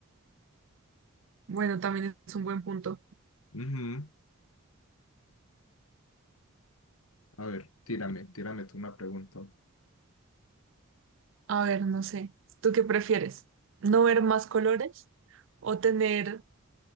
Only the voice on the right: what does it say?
Bueno, también es un buen punto.
A ver, no sé. ¿Tú qué prefieres? ¿No ver más colores o tener